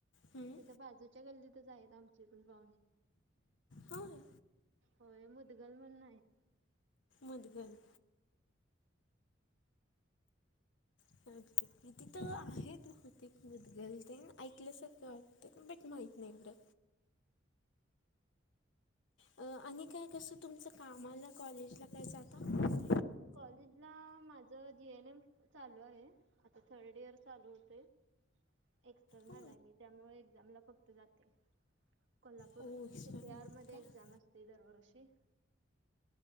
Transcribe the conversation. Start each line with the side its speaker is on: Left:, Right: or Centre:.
Left: हम्म,
Right: त्याच्या बाजूच्या गल्लीतच आहेत आमची पण पाहुणे.
Left: होय
Right: होय, मुदगल म्हणून हाईत.
Left: मुधगल. <inaudible> तिथं आहेत बहुतेक मुदगल तेन, ऐकल्यासारखं वाटतं, बट माहीत नाही बरं. आणि काय कसं तुमचं, कामाला कॉलेजला काय जाता?
Right: कॉलेजला माझं जीएनएम चालू आहे, आता थर्ड इयर चालू होतंय. एक्सटर्नल
Left: हो
Right: आहे मी, त्यामुळे एक्झामला फक्त जाते. कोल्हापूर,
Left: हो एक्स्टर्नल
Right: सीपीआरमध्ये
Left: काय
Right: एक्झाम असते दरवर्षी.